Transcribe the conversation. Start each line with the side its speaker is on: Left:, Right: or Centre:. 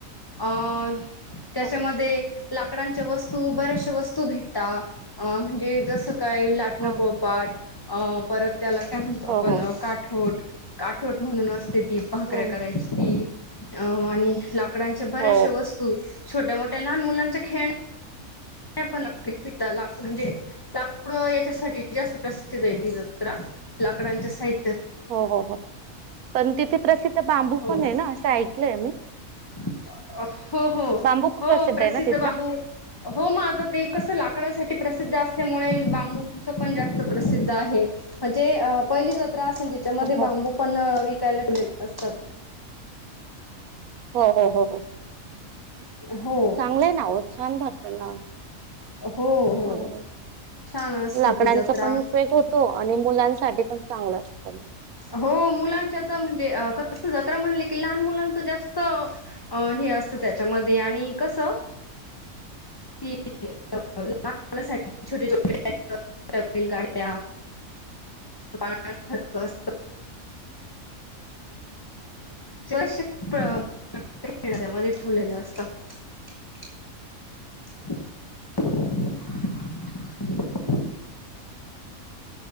Left: अ त्याच्यामध्ये
Right: हो
Left: लाकडांच्या वस्तू बऱ्याचशा वस्तू भेटतात अ म्हणजे जसं काय लाटणं
Right: हो
Left: पोळपाट अ परत त्याला काय म्हणतो आपण
Right: हो
Left: काठोट काठवट म्हणून असते ती भाांकऱ्या
Right: हं.
Left: करायची ती अ आणि लाकडांचे बऱ्याचश
Right: हो
Left: वस्तू छोट्या मोठ्या लहान मुलांचे खेण ण लाक पि ला म्हणजे लाकडं याच्यासाठी जास्त प्रसिद्ध य लाकडांच्या साहित
Right: हो हो हो पण तिथे प्रसिद्ध बांबू
Left: हो
Right: पण आहे ना असं ऐकलंय मी
Left: हो हो
Right: बांबू खूप
Left: हो प्रसिद्ध
Right: आहे ना तिथला?
Left: बांबू हो मग आता ते कसं लाग कड सा प्रसिद्ध असल्यामुळे बांबूच पण जास्त प्रसिद्ध आहे म्ह जे पहिली असेल त्याच्यामध्ये
Right: हो हो
Left: बांबू पण विकायला ठेलेले असतात
Right: हो हो हो हो
Left: हो
Right: चांगलंय ना उत्साान भरता ना
Left: हो
Right: खूप
Left: हो
Right: चांग
Left: छान असते
Right: लाकडांचा
Left: ती जत्रा
Right: पण उपयोग होतो आणि मुलांचा सा पण चांगलं असतं
Left: हो मुलांच्या म्हणजे क जा म्हण क लहान मुलांच जास्त हे असत त्याच्यामध्ये आणि कस त लहानणासाठी छोट्या छोटे गाड्या पाथक असत श्य त्यामध्ये ठेवलेलं असत <inaudible> <inaudible>